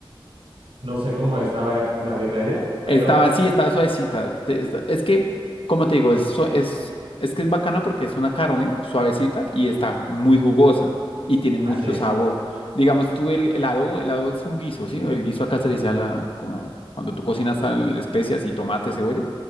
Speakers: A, on the right; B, on the left.
A: No sé cómo estaba la birria allá, pero
B: Estaba así, estaba suavecita. Te- esta- Es que, como te digo, es, sua- es, es que es bacana porque es una carne suavecita y está muy jugosa y tiene mucho
A: así es.
B: sabor. Digamos tú, el, el adobo, el adobo es un guiso, ¿sí? El guiso acá se le dice a la, como cuando tú cocinas sal, especias y tomate, cebolla.